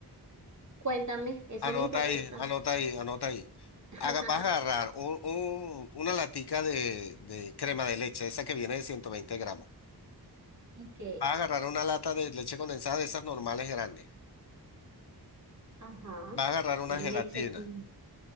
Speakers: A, on the right; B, on the left.
A: Cuéntame, eso
B: Anota
A: me interesa.
B: ahí, anota ahí, anota ahí.
A: <laughs>
B: Haga, vas a agarrar un- un- una latica de, de crema de leche, esa que viene de 120 gramos.
A: Ok,
B: Va a agarrar una lata de leche condensada de esas normales grandes.
A: ajá.
B: Va a agarrar
A: Leche
B: una gelatina.
A: con-